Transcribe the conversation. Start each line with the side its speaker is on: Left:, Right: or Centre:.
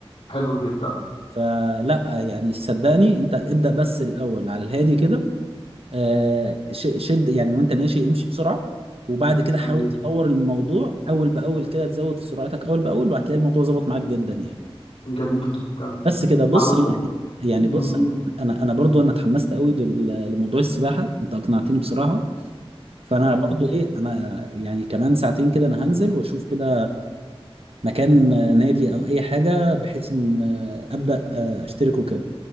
Left: حلو جدا
Right: فلا يعني صدقني انت ابدا بس الاول على الهادي كده آه، ش- شد يعني وانت ماشي امشي بسرعه وبعد كده حاول
Left: تمام
Right: تطور الموضوع اول باول كده تزود في سرعتك اول باول وهتلاقي الموضوع ظبط معاك جدا يعني
Left: جميل جدا
Right: بس كده بص
Left: على
Right: يعني
Left: م...
Right: يعني
Left: مم.
Right: بص انا انا برضو انا اتحمست قوي لل- لموضوع السباحه انت اقنعتني بصراحه فانا
Left: تمام
Right: برضو ايه انا يعني كمان ساعتين كده انا هنزل واشوف كده مكان آه، نادي او اي حاجه بحيث ان آه، ابدا آه، اشترك وكده